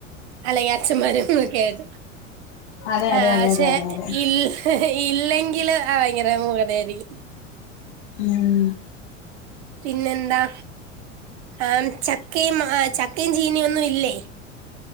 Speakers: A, on the right; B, on the left.
A: അല്ലെങ്കി അച്ഛന്മാരുക്കെ ആയിട്ട്.
B: അതെ
A: ആ
B: അതെ അതെ
A: ക്ഷെ
B: അതെ അതെ അതെ
A: ഇല്ലെ ഇല്ലെങ്കില് ആ ഭയങ്കര മൂകത ആയിരിക്കും.
B: ഉം.
A: പിന്നെ എന്താ? ആ ചക്കേം മ ചക്കേം ചീനിം ഒന്നും ഇല്ലേ?